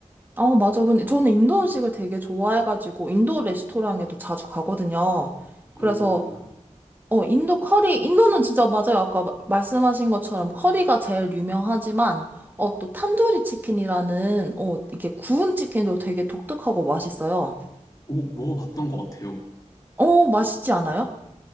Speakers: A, on the right; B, on the left.
A: 아, 맞아. 근데 저는 인도 음식을 되게 좋아해가지고 인도 레스토랑에도 자주 가거든요. 그래서
B: 오,
A: 어, 인도 커리, 인도는 진짜 맞아요. 아까 마- 말씀하신 것처럼 커리가 제일 유명하지만, 어, 또 탄두리 치킨이라는, 어, 이렇게 구운 치킨도 되게 독특하고 맛있어요.
B: 오, 먹어봤던 것 같아요.
A: 어, 맛있지 않아요?